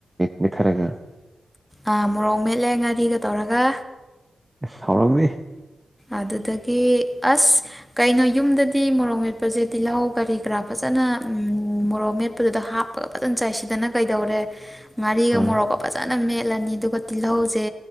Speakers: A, on the right; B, in the centre.
A: ꯃꯠꯊꯔꯒ
B: ꯑꯥ ꯃꯣꯔꯣꯛ ꯃꯦꯠꯂꯦ ꯉꯥꯔꯤꯒ ꯇꯧꯔꯒ
A: ꯁꯥꯎꯔꯝ
B: ꯑꯗꯨ ꯑꯗꯨꯗꯒꯤ ꯑꯁ ꯀꯩꯅꯣ ꯌꯨꯝꯗꯗꯤ ꯃꯣꯔꯣꯡ ꯃꯦꯠꯄꯁꯦ ꯇꯤꯜꯍꯧ ꯀꯔꯤ ꯀꯔꯥ ꯐꯖꯅ ꯃꯣꯔꯣꯛ ꯃꯦꯠꯄꯗꯨ ꯍꯥꯞꯄ ꯐꯖ ꯆꯗꯅ ꯀꯩꯗꯧꯔꯦ ꯉꯥꯒ
A: ꯑꯥ
B: ꯃ ꯐ ꯅ ꯃꯦꯠꯂꯅꯤ ꯑꯗꯨꯒ ꯇꯤꯜꯍꯧꯁꯦ